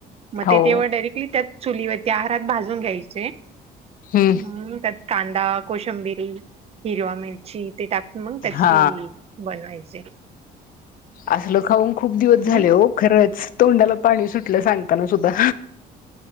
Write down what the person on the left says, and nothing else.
हो
हम्म.
हा
असलं खाऊन खूप दिवस
झाले हो खरंच. तोंडाला पाणी सुटलं सांगताना सुद्धा.